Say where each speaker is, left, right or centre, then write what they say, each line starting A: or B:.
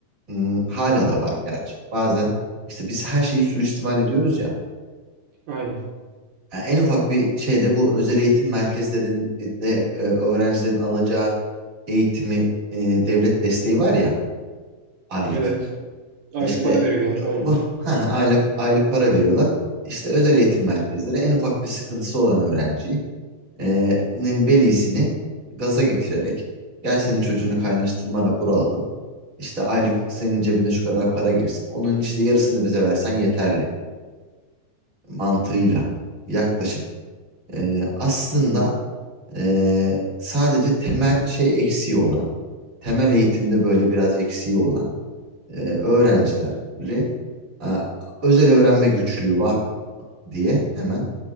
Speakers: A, on the right; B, on the right.
A: Hmm, hala da var gerçi. Bazen işte biz her şeyi suistimal ediyoruz ya.
B: Aynen.
A: Yani en ufak bir şeyde bu özel eğitim merkezlerinde e, öğrencilerin alacağı eğitimi e, devlet desteği var ya aylık.
B: Evet. Aylık
A: E, İşte
B: para veriyorlar.
A: e,
B: Aynen.
A: bu <laughs> ha, aylık aylık para veriyorlar. İşte özel eğitim merkezleri en ufak bir sıkıntısı olan öğrenciyi e, nin velisini gaza getirerek gel senin çocuğuna kaynaştırma raporu alalım. İşte aylık senin cebine şu kadar para girsin. Onun işte yarısını bize versen yeterli mantığıyla yaklaşıp e, aslında Ee, sadece temel şey eksiği olan, temel eğitimde böyle biraz eksiği olan e, öğrencileri e, özel öğrenme güçlüğü var diye hemen